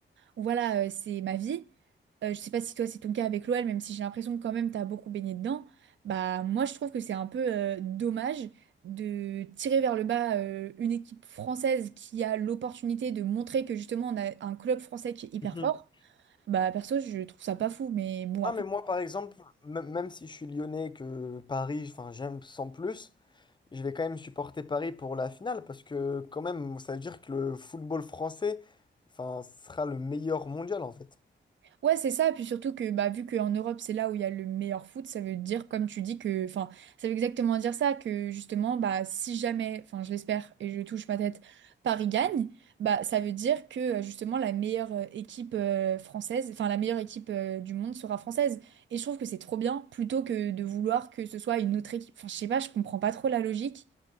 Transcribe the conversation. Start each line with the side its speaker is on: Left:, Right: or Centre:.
Right: voilà, euh, c'est ma vie. Euh, je sais pas si toi c'est ton cas avec l'OL, même si j'ai l'impression que quand même t'as beaucoup baigné dedans. Bah moi je trouve que c'est un peu euh, dommage de tirer vers le bas euh, une équipe française qui a l'opportunité de montrer que justement on a un club français qui est hyper
Left: Mhm.
Right: fort. Bah perso je trouve ça pas fou, mais bon
Left: Ah,
Right: après.
Left: mais moi, par exemple, même même si je suis lyonnais et que Paris, enfin, j'aime sans plus, je vais quand même supporter Paris pour la finale parce que, quand même, ça veut dire que le football français, enfin, sera le meilleur mondial, en fait.
Right: Ouais, c'est ça. Puis surtout que, bah, vu qu'en Europe, c'est là où il y a le meilleur foot, ça veut dire, comme tu dis, que, enfin, ça veut exactement dire ça, que justement, bah, si jamais, enfin, je l'espère et je touche ma tête, Paris gagne, bah, ça veut dire que, euh, justement, la meilleure euh, équipe euh, française, enfin, la meilleure équipe euh, du monde sera française. Et je trouve que c'est trop bien, plutôt que de vouloir que ce soit une autre équipe. Enfin, je sais pas, je comprends pas trop la logique.